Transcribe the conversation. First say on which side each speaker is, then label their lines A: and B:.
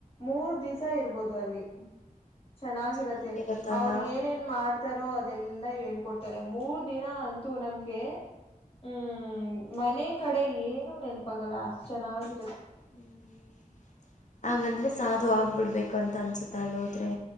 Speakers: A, on the left; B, on the left.
A: ಮೂರ್ ದಿವಸ ಇರ್ಬೋದು ಅಲ್ಲಿ ಚೆನ್ನಾಗಿರತ್ತೆ
B: ಚೆನ್ನಾಗಿರತ್ತಲ್ಲ
A: ಅವ್ರ ಏನೇನ್ ಮಾಡ್ತ ತಾರೋ ಅದೆಲ್ಲ ಹೇಳ್ಕೊಡ್ತಾರೆ ಮೂರ್ ದಿನ ಅಂತೂ ನಮ್ಗೆ ಹ್ಮ್ ಮನೆ ಕಡೆ ಏನು ನೆನಪಾಗಲ್ಲ ಅಷ್ಟ್ ಚೆನ್ನಾಗಿ
B: ಹ್ಮ್ ಹಂಗಂದ್ರೆ ಸಾಧು ಆಗ್ಬಿಡ್ಬೇಕುಂತ ಅನ್ಸುತ್ತ ಅಲ್ಲ ಹೋದ್ರೆ